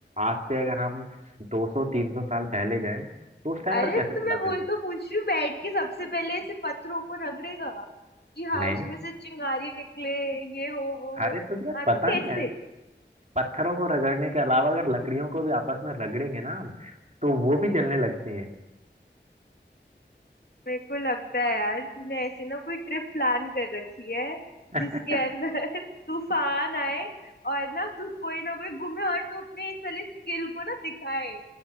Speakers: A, on the right; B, on the left.
A: आज से अगर हम 200 300 साल पहले जाएं तो उस टाइम
B: अरे
A: पर कैसे
B: तो
A: जलाते
B: मैं वही
A: थे
B: तो पूछ रही हूँ बैठ के सबसे पहले ऐसे पत्थरों को रगड़ेगा कि हाँ
A: नहीं
B: उसमें से चिंगारी निकले ये हो वो
A: अरे
B: हो
A: तुझे यार
B: हाँ
A: पता
B: तो कैसे
A: नहीं है पत्थरों को रगड़ने के अलावा अगर लकड़ियों को भी आपस में रगड़ेंगे ना हम तो वो भी जलने लगती हैं
B: मेरे को लगता है यार तूने ऐसे ना कोई ट्रिप प्लान कर रखी है
A: <laughs>
B: जिसके अंदर <laughs> तूफान आए और ना तू कोई ना कोई घूमे और तू अपने इस वाले स्किल को ना दिखाए